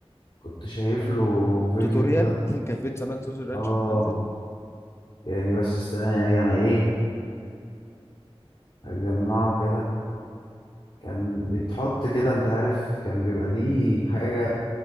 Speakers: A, on the left; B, on the left.
A: كنت شايف له فيديو
B: توتوريال
A: كده
B: <laughs> كيفيه صناعه صوص الرانش
A: اه
B: في المنزل
A: يعني بس استنى يعني انا ايه اجمعه كده كان بيتحط كده انت عارف كان بيبقى ليه حاجة